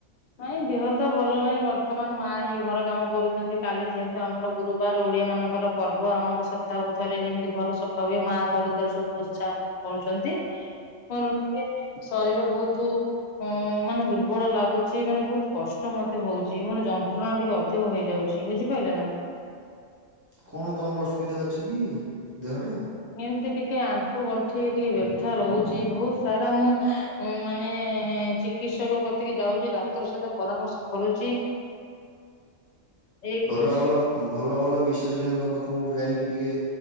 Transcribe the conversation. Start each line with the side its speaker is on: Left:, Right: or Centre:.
Left: ନାଇଁ ଦେହ ତ ଭଲ ନାହିଁ ବର୍ତ୍ତମାନ ମା ହି ଘର କାମ କରୁଛନ୍ତି। କାଲି ଯେହେତୁ ଆମର ଗୁରୁବାର ଓଡିଆ ମାନଙ୍କର ପର୍ବ ଆମର ସପ୍ତାହକୁ ଥରେ ଯେମିତି ଘର ସଫା ହୁଏ ମା ଘର ଦ୍ଵାର ସବୁ ପୋଜା କରୁଛନ୍ତି କଣ ଟେ ଶରୀର ବହୁତ ଅ ମାନେ ଦୁର୍ବଳ ଲାଗୁ ଛି ମାନେ ବହୁତ କଷ୍ଟ ମତେ ହଉଛି ମୋର ଯନ୍ତ୍ରଣା ଟିକେ ଅଧିକ ହେଇଯାଉଛି ବୁଝିପାରିଲ ନା?
Right: କଣ ତମର ଅସୁବିଧା ଅଛି କି ଦେହ ଟା?
Left: ଏମିତି ଟିକେ ଆଣ୍ଠୁ ଗଣ୍ଠି ଟିକେ ବ୍ୟର୍ଥା ରହୁଛି ବହୁତ ସାରା ମୁଁ ଉ ମାନେ ଚିକିତ୍ସକ କତିକି ଯାଉଛି ଡାକ୍ତର ସହିତ ପରାମର୍ଶ କରୁଛି। <inaudible> ଏକରୁ
Right: ଭଲ ଭଲ ଭଲ ଭଲ ବିଶେଷଜ୍ଞଙ୍କ ପାଖକୁ ଯାଇକି ଟିକେ